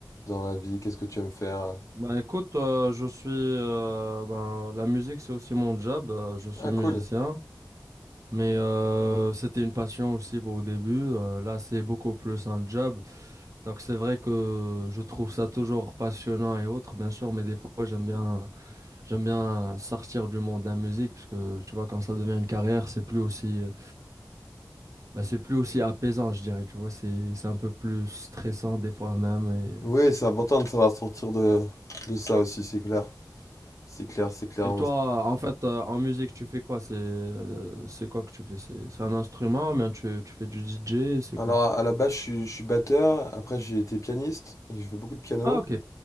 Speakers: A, on the left (about 45°); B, on the right (about 45°).
A: dans la vie? Qu'est-ce que tu aimes faire?
B: Bah écoute, euh, je suis, euh, ben, la musique, c'est aussi mon job, euh, je suis
A: Ah,
B: musicien.
A: cool.
B: Mais euh, c'était une passion aussi pour au début. Euh, là, c'est beaucoup plus un job. Donc, c'est vrai que je trouve ça toujours passionnant et autres, bien sûr. Mais des fois, j'aime bien, j'aime bien sortir du monde de la musique parce que tu vois, quand ça devient une carrière, c'est plus aussi, euh, bah, c'est plus aussi apaisant, je dirais. Tu vois, c'est, c'est un peu plus stressant des fois même.
A: Ouais, c'est important de savoir sortir de, de ça aussi, c'est clair. C'est clair, c'est clair.
B: Et, et toi, en fait, euh, en musique, tu fais quoi? C'est, euh, c'est quoi que tu fais? C'est, c'est un instrument, ou bien tu, tu fais du DJ, c'est
A: Alors,
B: quoi?
A: à à la base, je suis, je suis batteur. Après, j'ai été pianiste. et J'ai fait beaucoup de piano.
B: Ah, ok,